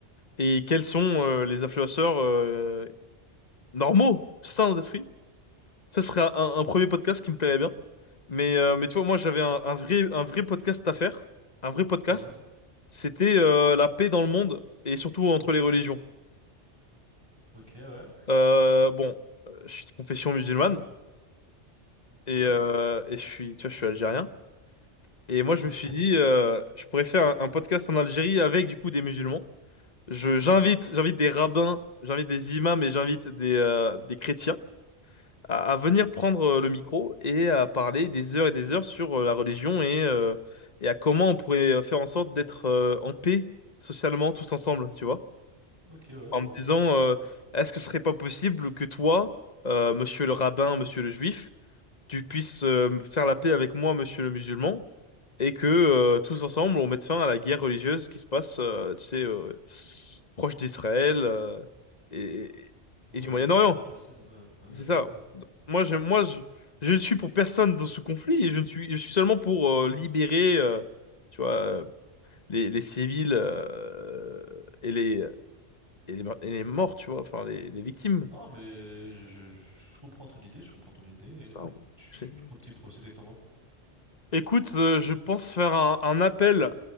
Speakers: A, on the left; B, on the right.
A: Et quels sont euh, les influenceurs euh, normaux, sains d'esprit. Ça serait un, un premier podcast qui me plairait bien. Mais, euh, mais tu vois, moi, j'avais un, un vrai, un vrai podcast à faire. Un vrai podcast.
B: Ouais.
A: C'était euh, la paix dans le monde et surtout entre les religions.
B: Ok, ouais.
A: Euh, bon, euh, je suis de confession musulmane et,
B: Ouais.
A: euh, et je suis, tu vois, je suis algérien. Et moi,
B: Ok.
A: je me suis
B: <laughs>
A: dit, euh, je pourrais faire un, un podcast en Algérie avec, du coup, des musulmans. Je,
B: Ok,
A: j'invite,
B: ouais.
A: j'invite des rabbins, j'invite des imams et j'invite des, euh, des chrétiens. à, à venir prendre euh, le micro et à parler des heures et des heures sur euh, la religion et, euh, et à comment on pourrait euh, faire en sorte d'être euh, en paix socialement tous ensemble, tu vois?
B: Ok, ouais,
A: En
B: je vois.
A: me disant, euh, est-ce que ce serait pas possible que toi, euh, monsieur le rabbin, monsieur le juif, tu puisses euh, faire la paix avec moi, monsieur le musulman, et que euh, tous ensemble, on mette fin à la guerre religieuse qui se passe, euh, tu sais, euh, proche d'Israël euh, et,
B: Ouais,
A: et du Moyen-Orient.
B: pas la, la Palestine, ouais, ouais,
A: C'est
B: je
A: ça.
B: vois, ouais.
A: Moi, je, moi, je, je ne suis pour personne dans ce conflit et je ne suis, je suis seulement pour euh, libérer, euh, tu vois, euh, les, les civils euh, et les, et les, et les morts, tu vois, enfin, les, les victimes.
B: Non, mais je, je, je comprends ton idée, je comprends ton idée. Et
A: Ça, on-
B: tu,
A: j'ai-
B: tu comptes y procéder comment?
A: Écoute, euh, je pense faire un, un appel